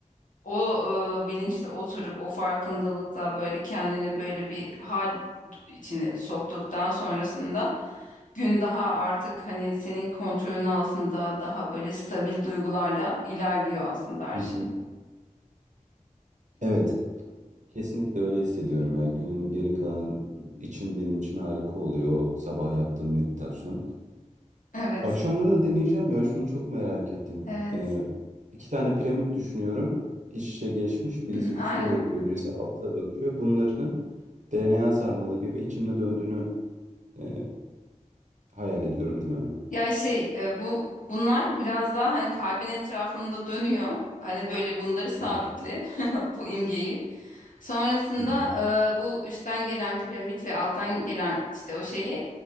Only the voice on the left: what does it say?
o e, bilinçle oturup o farkındalıkla böyle kendini böyle bir hal içine soktuktan sonrasında gün daha artık hani senin kontrolün altında daha böyle stabil duygularla ilerliyor aslında her
şey.
Evet,
evet.
<clears throat> Aynen.
Ya şey e, bu bunlar biraz daha hani kalbin etrafında dönüyor. Hani böyle bunları sabitle
<laughs> bu imgeyi. Sonrasında
e, bu üstten gelen piramit ve alttan gelen işte o şeyi